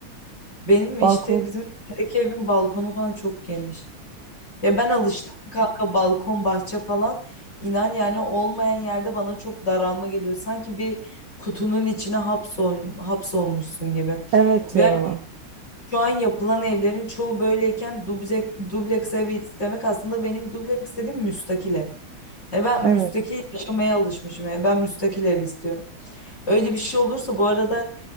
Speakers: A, on the left; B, on the right.
A: benim işte
B: Balkon
A: bizim evdeki evin balkonu falan çok geniş. Ya ben alıştım kanka balkon bahçe falan inan yani olmayan yerde bana çok daralma geliyor. Sanki bir kutunun içine hapsol, hapsolmuşsun gibi.
B: evet
A: Ve
B: ya.
A: şu an yapılan evlerin çoğu böyleyken dubleks, dubleks evi istemek aslında benim dubleks dediğim müstakil ev. E ben
B: Evet.
A: müstakil yaşamaya alışmışım. Yani ben müstakil ev istiyorum. Öyle bir şey olursa bu arada